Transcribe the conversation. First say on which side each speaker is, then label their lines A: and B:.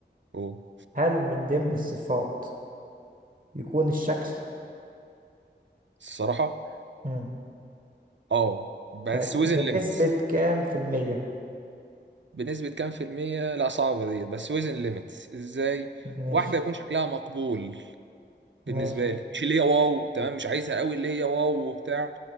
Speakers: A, on the right; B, on the right.
A: أوه.
B: هل من ضمن الصفات يكون الشكل
A: الصراحة
B: مم.
A: اه بس
B: طيب
A: وزن
B: بنسبة
A: ليميتس
B: كام في المية
A: بنسبة كام في المية لا صعبة ديت بس وزن ليميتس ازاي
B: ماشي
A: واحدة يكون شكلها مقبول بالنسبة
B: ماشي
A: لي مش اللي هي واو تمام مش عايزها قوي اللي هي واو وبتاع